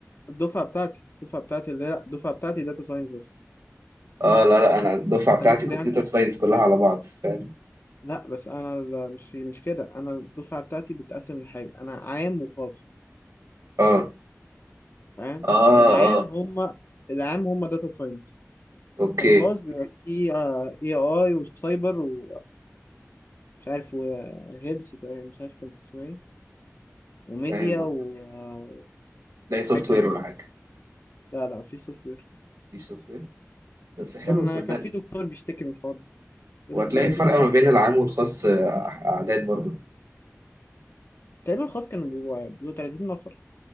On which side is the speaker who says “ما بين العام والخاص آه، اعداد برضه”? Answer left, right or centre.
Right